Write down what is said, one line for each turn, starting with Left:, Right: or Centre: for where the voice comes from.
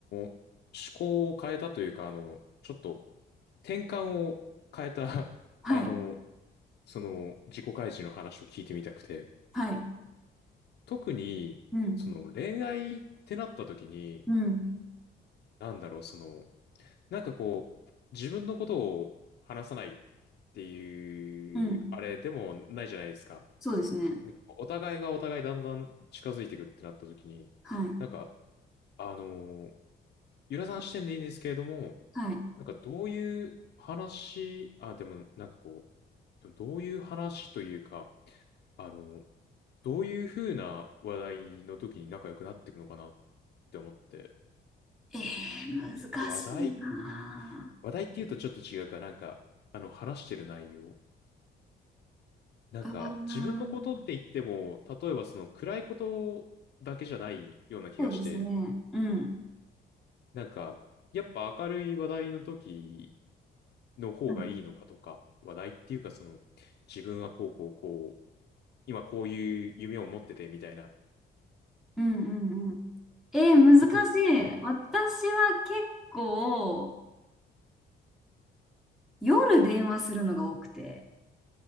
Left: ー思考を変えたというか、あの、ちょっと転換を変えた、<laughs>
Centre: はい。
Left: あの、その自己開示の話を聞いてみたくて、
Centre: はい。
Left: 特に、
Centre: うん。
Left: その恋愛ってなった時に、
Centre: うん。
Left: なんだろう、その、なんかこう、自分のことを話さないっていう、
Centre: うん。
Left: あれでもないじゃないですか。
Centre: そうですね。
Left: なんかこうお互いがお互いだんだん近づいていくってなった時に、
Centre: はい。
Left: なんか、あのーゆらさん視点でいいんですけれども、
Centre: はい。
Left: なんかどういう話、あ、でもなんかこう、でもどういう話というか、あの、どういう風な話題の時に仲良くなっていくのかなって思って、
Centre: えー、難しいな
Left: 話題、話題って言うとちょっと違うか、なんか、あの、話してる内容。なんか、
Centre: ぁ。あ
Left: 自分のことって言っても、
Centre: ー
Left: 例えばその暗いことだけじゃないような気がして、
Centre: そうですね。うん。
Left: なんか、やっぱ明るい話題の時の方がいいのかとか、
Centre: はい。
Left: 話題っていうかその、自分はこうこうこう、今こういう夢を持っててみたいな
Centre: うんうんうん。えー、難しい。
Left: ことの方がいいのか。
Centre: 私は結構、夜電話するのが多くて、